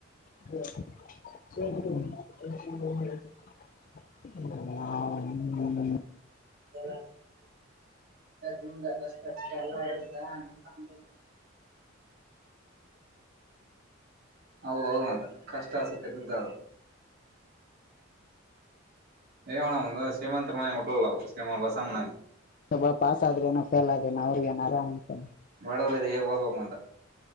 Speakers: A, on the left; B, on the right.
A: ಹ ಸ ಹ್ಮ
B: ಹ <inaudible> ಹೌದ ಹೌ ಮದ ಕಷ್ಟ ಅಸುಕ್ಕದ್ದದು ಣ ಶ್ರಮಂತರ ಮನೆ ಹೊಟ್ಟಲ್ಲ ಶ್ರೀಮಂತ ಬಸಂಗ
A: ಸ್ವಲ್ ಪಾಸ್ ಆದ್ರೆಏನ ಫೇಲ್ ಆದ್ರೆನ ಅವ್ರಿಗಏನ್ ಆರಾಮ್ ಹ್ಮ್
B: ಬಡವ್ರ ಇದೀವಿ ಓದ್ಬೇಕು ಅಂತ